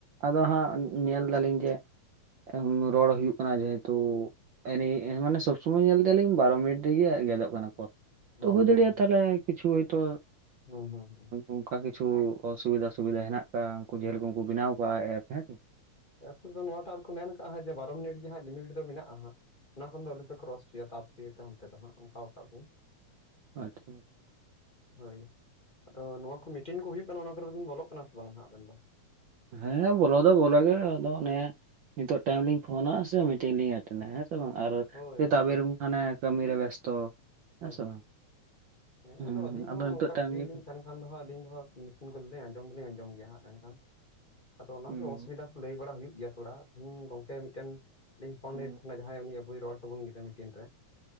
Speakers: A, on the right (about 80°); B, on the left (about 25°).
A: ᱟᱫᱚ ᱦᱟᱸᱜ, ᱧᱮᱞ ᱮᱫᱟ ᱞᱤᱧ ᱡᱮ ᱮᱼᱦᱩᱡ ᱨᱚᱲ ᱦᱩᱭᱩᱜ ᱠᱟᱱᱟ, ᱡᱮ ᱦᱮᱛᱩ ᱟᱱᱮ, ᱥᱚᱵ ᱥᱚᱢᱚᱭ ᱧᱮᱞ ᱮᱫᱟᱞᱤᱧ, ᱵᱟᱨᱚ ᱢᱤᱱᱤᱴ ᱛᱮᱜᱮ ᱜᱮᱫᱚᱜ ᱠᱟᱱᱟ, ᱠᱚᱞ ᱾ ᱛᱚ,
B: ᱦᱚᱸ
A: ᱦᱩᱭ ᱫᱟᱲᱮᱭᱟᱜᱼᱟ,
B: ᱦᱚᱸ
A: ᱛᱟᱦᱚᱞᱮ ᱠᱤᱪᱷᱩ ᱦᱚᱭ ᱛᱚ
B: ᱦᱩᱸ ᱦᱩᱸ ᱦᱩᱸ
A: ᱚᱱᱠᱟ ᱠᱤᱪᱷᱩ, ᱚᱥᱩᱵᱤᱫᱟ ᱥᱩᱵᱤᱫᱟ ᱦᱮᱱᱟᱜ ᱟᱠᱟᱜᱼᱟ, ᱩᱱᱠᱩ ᱡᱮ ᱨᱚᱠᱚᱢ ᱠᱚ ᱵᱮᱱᱟᱣ ᱟᱠᱟᱜᱼᱟ ᱮᱯ, ᱦᱮᱸ ᱥᱮ ᱾
B: ᱟᱛᱳ ᱨᱮᱫᱚ, ᱱᱚᱣᱟᱴᱟᱜ ᱨᱮᱠᱚ ᱢᱮᱱ ᱟᱠᱟᱜᱼᱟ, ᱡᱮ ᱵᱟᱨᱚ ᱢᱤᱱᱤᱴ ᱜᱮ ᱦᱟᱸᱜ, ᱞᱤᱢᱤᱴ ᱫᱚ ᱢᱮᱱᱟᱜᱼᱟᱦᱟᱸᱜ ᱾ ᱚᱱᱟ ᱠᱷᱚᱱ ᱫᱚ, ᱟᱞᱚᱯᱮ ᱠᱨᱚᱥ ᱚᱪᱚᱭᱟ, ᱛᱟᱯ ᱚᱪᱚᱭᱟ ᱯᱮ, ᱚᱱᱛᱮ ᱫᱚ ᱦᱟᱸᱜ, ᱚᱱᱠᱟᱣ ᱟᱠᱟᱜᱼᱟ ᱠᱚ ᱾
A: ᱟᱪᱪᱷᱟ ᱾
B: ᱦᱳᱭ! ᱟᱫᱚ, ᱱᱚᱣᱟ ᱠᱚ, ᱢᱤᱴᱤᱝ ᱠᱚ ᱦᱩᱭᱩᱜ ᱠᱟᱱᱟ, ᱚᱱᱟ ᱠᱚᱨᱮ, ᱵᱚᱞᱚᱜ ᱠᱟᱱᱟ ᱥᱮ, ᱵᱟᱝ ᱦᱟᱸᱜ, ᱟᱵᱮᱱ ᱫᱚ?
A: ᱦᱮᱸᱻ, ᱵᱚᱞᱚ ᱫᱚ, ᱵᱚᱞᱚ ᱜᱮ, ᱟᱫᱚ ᱚᱱᱮ ᱱᱤᱛᱚᱜ ᱴᱟᱭᱤᱢ ᱞᱤᱧ ᱯᱷᱳᱱᱟ, ᱥᱮ? ᱢᱤᱴᱤᱝ ᱞᱤᱧ ᱮᱴᱮᱸᱰ, ᱦᱮᱸ ᱥᱮ ᱵᱟᱝ, ᱟᱨ
B: ᱦᱳᱭ
A: ᱥᱮᱛᱟᱜ
B: ᱦᱳᱭ
A: ᱵᱮᱨ
B: ᱦᱳᱭ
A: ᱢᱟᱥᱮ ᱠᱟᱹᱢᱤ ᱨᱮ ᱵᱮᱥᱛᱚ
B: ᱦᱳᱭ
A: ᱦᱮᱸ ᱥᱮ ᱵᱟᱝ
B: ᱾ ᱦᱮᱸᱻ
A: ᱦᱩᱸ
B: ᱟᱫᱚ, ᱟᱹᱞᱤᱧ ᱦᱚᱸ
A: ᱱᱤᱛᱚᱜ
B: ᱚᱱᱠᱟ,
A: ᱴᱟᱭᱤᱢ
B: ᱯᱷᱤᱨᱤᱞᱤᱧ
A: ᱜᱮ
B: ᱛᱟᱦᱮᱱ ᱠᱷᱟᱱ ᱫᱚ ᱦᱟᱸᱜ, ᱟᱹᱞᱤᱧ ᱫᱚᱦᱟᱸᱜ ᱢᱤᱴᱤᱱ ᱠᱚᱫᱚ, ᱟᱸᱡᱚᱢ ᱫᱚᱞᱤᱧ ᱟᱸᱡᱚᱢ ᱜᱮᱭᱟ ᱦᱟᱸᱜ, ᱢᱮᱱᱠᱷᱟᱱ, ᱟᱫᱚ, ᱚᱱᱟ
A: ᱦᱩᱸ
B: ᱜᱮ ᱚᱥᱩᱵᱤᱫᱟ ᱾ ᱞᱟᱹᱭ ᱵᱟᱲᱟ, ᱦᱩᱭᱩᱜ ᱜᱮᱭᱟ ᱛᱷᱚᱲᱟ, ᱛᱮᱦᱮᱧ ᱜᱚᱝᱠᱮ, ᱢᱤᱫᱴᱟᱝ ᱞᱤᱧ, ᱯᱷᱳᱱ
A: ᱦᱩᱸ
B: ᱞᱮᱫᱮ ᱛᱷᱮᱱᱟ ᱡᱟᱦᱟᱸᱭ ᱩᱱᱤ, ᱟᱵᱚᱭ ᱨᱚᱲ ᱛᱟᱵᱚᱱ ᱜᱮᱫᱚᱭ ᱢᱤᱴᱤᱱ ᱨᱮ,